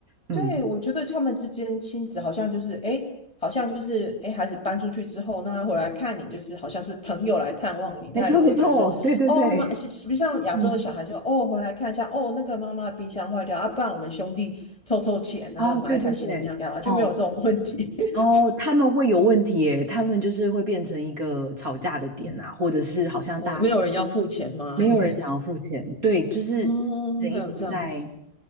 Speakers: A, on the right; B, on the left.
A: 嗯，
B: 对，我觉得他们之间亲子好像就是，哎，好像就是，哎，诶孩子搬出去之后，那他回来看你，就是好像是朋友来探望你，他也不会觉得说，
A: 没错没错，对对对，
B: 哦妈，是是不是像亚洲的小孩就，
A: 嗯，
B: 哦，回来看一下，哦，那个妈妈的冰箱坏掉，啊，不然我们兄弟凑凑钱，然后买一台新的冰箱干嘛，
A: 啊，对对对，
B: 就没有这种问题。
A: 哦，哦，
B: <laughs>
A: 他们会有问题诶，他们就是会变成一个吵架的点啊，
B: 嗯，
A: 或者是好像大家
B: 哦，没有人要付钱吗？
A: 没有人想要付钱，
B: <laughs> 就是，
A: 对，就是人一直在，
B: 哦，还有这样子，